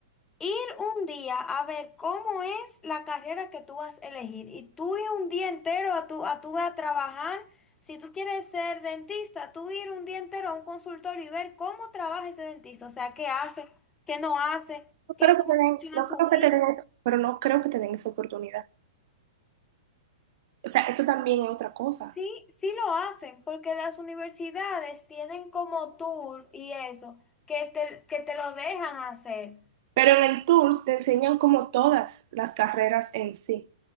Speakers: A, on the left; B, on the right.
A: Ir un día a ver cómo es la carrera que tú vas a elegir y tú ir un día entero a tu, a tu a trabajar. Si tú quieres ser dentista, tú ir un día entero a un consultorio y ver cómo trabaja ese dentista, o sea, qué hace, qué no hace, qué,
B: No creo que
A: cómo
B: te den,
A: funciona
B: no
A: su
B: creo
A: vida.
B: que te den eso, pero no creo que te den esa oportunidad. O sea, eso también es otra cosa.
A: Sí, sí lo hacen, porque las universidades tienen como tour y eso, que te, que te lo dejan hacer.
B: Pero en el Tours te enseñan como todas las carreras en sí.